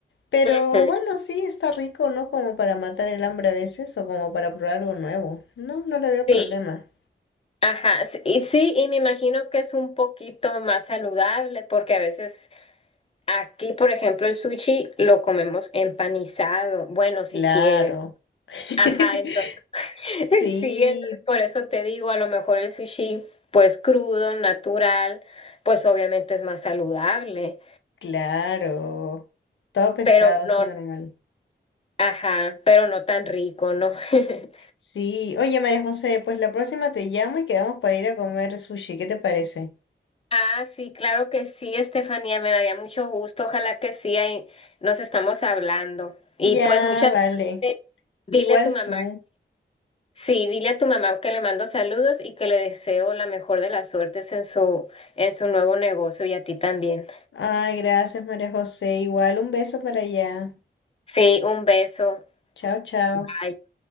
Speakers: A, on the left (about 80°); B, on the left (about 30°).
A: Pero
B: Ujú.
A: bueno, sí, está rico, ¿no? Como para matar el hambre a veces o como para probar algo nuevo. No, no le veo problema.
B: Sí, Ajá, s- y sí, y me imagino que es un poquito más saludable porque a veces aquí, por ejemplo, el sushi lo comemos empanizado, bueno, si
A: Claro.
B: quieres.
A: <laughs>
B: Ajá, entonces, <laughs>
A: Sí,
B: sí, entonces por eso te digo, a lo mejor el sushi, pues crudo, natural, pues obviamente es más saludable,
A: claro. Todo pescado
B: pero
A: así
B: no,
A: normal.
B: ajá, pero no tan rico, ¿no? <laughs>
A: Sí, oye María José, pues la próxima te llamo y quedamos para ir a comer sushi, ¿qué te parece?
B: Ah, sí, claro que sí, Estefanía, me daría mucho gusto. Ojalá que sí, ahí nos estamos hablando. Y
A: Ya,
B: pues muchas
A: vale.
B: suerte. Dile
A: Igual
B: a tu mamá,
A: tú.
B: sí, dile a tu mamá que le mando saludos y que le deseo la mejor de las suertes en su, en su nuevo negocio y a ti también.
A: Ay, gracias María José. Igual un beso para allá.
B: Sí, un beso.
A: Chao, chao.
B: Bye.